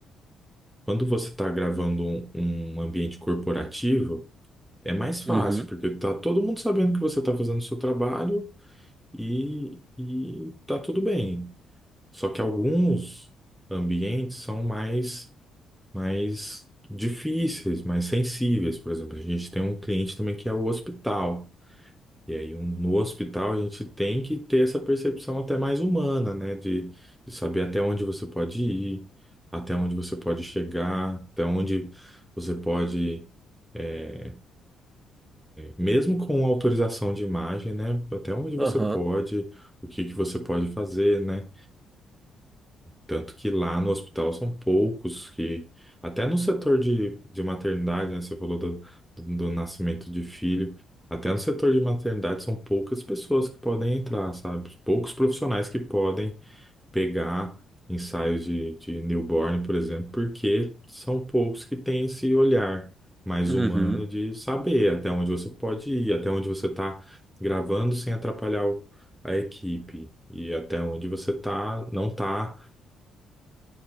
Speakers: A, in the centre; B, on the right.
A: quando você está gravando um, um ambiente corporativo, é mais fácil,
B: uhum,
A: porque tá todo mundo sabendo que você está fazendo o seu trabalho e, e tá tudo bem. Só que alguns ambientes são mais, mais difíceis, mais sensíveis. Por exemplo, a gente tem um cliente também que é o hospital. E aí, um- no hospital, a gente tem que ter essa percepção até mais humana, né? De, de saber até onde você pode ir, até onde você pode chegar, até onde você pode, é, mesmo com autorização de imagem, né? Até onde você
B: aham.
A: pode, o que que você pode fazer, né? Tanto que lá no hospital são poucos que, até no setor de, de maternidade, né? Você falou do, do, do nascimento de filho, até no setor de maternidade são poucas pessoas que podem entrar, sabe? Poucos profissionais que podem pegar ensaios de, de newborn, por exemplo, porque são poucos que têm esse olhar mais
B: Uhum.
A: humano de saber até onde você pode ir, até onde você está gravando sem atrapalhar o- a equipe e até onde você tá, não está